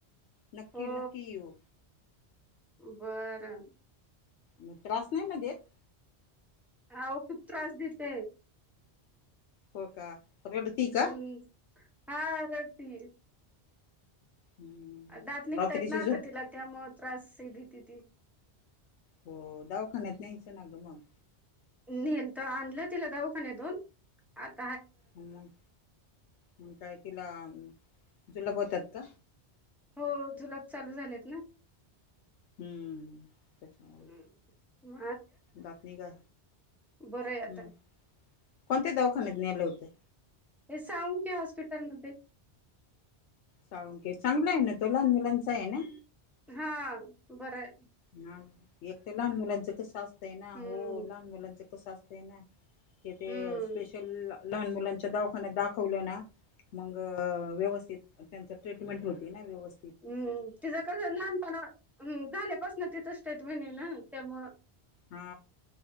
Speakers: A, on the left; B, in the centre.
A: नक्की
B: हो
A: नक्की येऊ.
B: बरं
A: म त्रास नाय नं देत.
B: आहो खूप त्रास देते.
A: हो का रडती का
B: हम्म हा रडती.
A: हम्म
B: दात निघतायेत
A: रात्रीची
B: ना
A: झोप
B: आता तिला त्यामुळ त्रास देती ती.
A: हो दवाखान्यात न्हायचं ना गं मग
B: नेलंत आणलं तिला दवाखाण्यातून आत
A: मग मग काय तिला जुलाब होतात का?
B: हो जुलाब चालू झालेत ना.
A: हम्म त्याच्यामुलं
B: हम्म
A: दात निघा
B: बरय
A: हम्म
B: आता
A: कोणत्या दवाखान्यात नेले होते.
B: हे साळुंखे हॉस्पिटल मध्ये
A: साळुंखे चांगला आहे ना तो लहान मुलांचा आहे ना.
B: हा बर हाय.
A: ह एक तर लहान मुलांचं कसं असतंय ना
B: हम्म
A: हो लहान मुलांचं कसं असतय ना ते ते
B: हम्म
A: स्पेशल लहान मुलांच्या दवाखान्यात दाखवलं ना मंग व्यवस्थित त्यांच ट्रीटमेंट होती ना व्यवस्
B: हम्म तिज कस लहानपणा झाल्या पास ना त्या तिथं स्टेटमेंट आहे ना त्यामुळ
A: हा